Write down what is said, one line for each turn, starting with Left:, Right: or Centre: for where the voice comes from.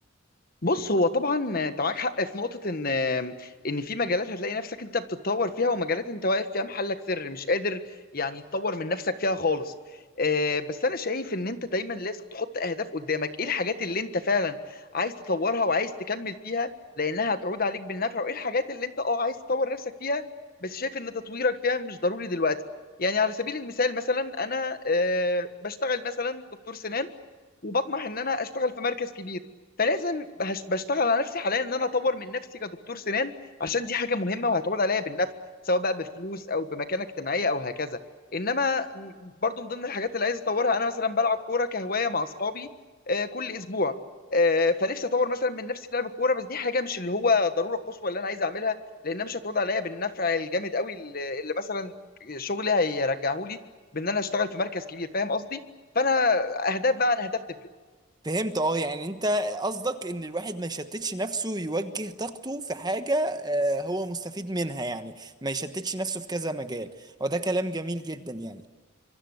Left: بص هو طبعا انت معاك حق في نقطة ان ان في مجالات هتلاقي نفسك انت بتتطور فيها ومجالات انت واقف فيها محلك سر مش قادر يعني تطور من نفسك فيها خالص آه، بس انا شايف ان انت دايما لازم تحط اهداف قدامك ايه الحاجات اللي انت فعلا عايز تطورها وعايز تكمل فيها لانها هتعود عليك بالنفع وايه الحاجات اللي انت اه عايز تطور نفسك فيها بس شايف ان تطويرك فيها مش ضروري دلوقتي يعني على سبيل المثال مثلا انا آه، بشتغل مثلا دكتور سنان وبطمح ان انا اشتغل في مركز كبير فلازم بهش- بشتغل على نفسي حاليا ان انا اطور من نفسي كدكتور سنان عشان دي حاجه مهمه وهتعود عليا بالنفع سواء بقى بفلوس او بمكانه اجتماعيه او هكذا انما م- برضو من ضمن الحاجات اللي عايز اطورها انا مثلا بلعب كوره كهوايه مع اصحابي آه، كل اسبوع آه، فنفسي اطور مثلا من نفسي في لعب الكوره بس دي حاجه مش اللي هو ضروره قصوى اللي انا عايز اعملها لانها مش هتعود عليا بالنفع الجامد قوي اللي اللي مثلا شغلي هيرجعه لي بان انا اشتغل في مركز كبير فاهم قصدي فانا اهداف بقى عن اهداف تفرق
Right: فهمت اه يعني انت قصدك ان الواحد ما يشتتش نفسه يوجه طاقته في حاجة آه، هو مستفيد منها يعني ما يشتتش نفسه في كذا مجال وده كلام جميل جدا يعني